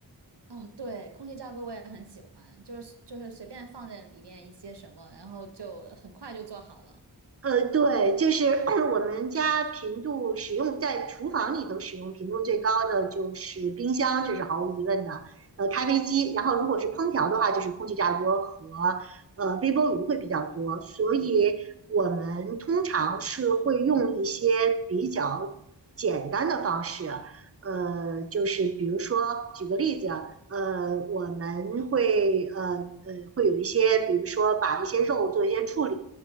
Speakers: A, on the right; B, on the right.
A: 哦，对，空气炸锅我也很喜欢，就是就是随便放在里面一些什么，然后就很快就做好了。
B: 呃，对，就是 <clears throat> 我们家频度使用在厨房里头使用频度最高的就是冰箱，这是毫无疑问的。呃，咖啡机，然后如果是烹调的话，就是空气炸锅和呃微波炉会比较多，所以我们通常是会用一些比较简单的方式，呃，就是比如说举个例子，呃，我们会呃呃会有一些，比如说把一些肉做一些处理，